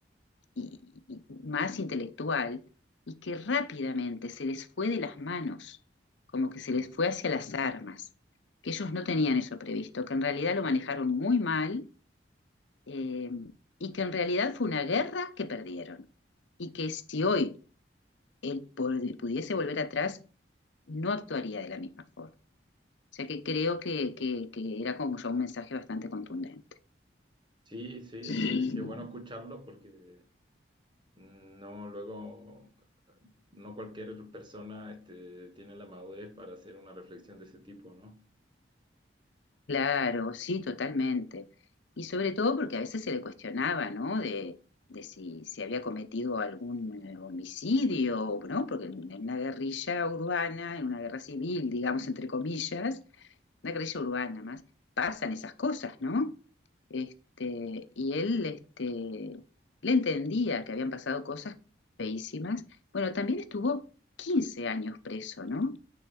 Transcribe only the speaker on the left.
y, y más intelectual y que rápidamente se les fue de las manos, como que se les
fue hacia las armas, que ellos no tenían eso previsto, que en realidad lo manejaron muy mal eh, y que en realidad fue una guerra que perdieron. Y que si hoy él pod- pudiese volver atrás, no actuaría de la misma forma. O sea que creo que, que- que era como ya un mensaje bastante contundente.
Sí.
<laughs>
Claro, sí, totalmente. Y sobre todo porque a veces se le cuestionaba, ¿no? De, de si, si había cometido algún eh, homicidio, ¿no? Porque en en una guerrilla urbana, en una guerra civil, digamos, entre comillas, una guerrilla urbana más, pasan esas cosas, ¿no? Este, y él este, le entendía que habían pasado cosas feísimas. Bueno, también estuvo 15 años preso, ¿no?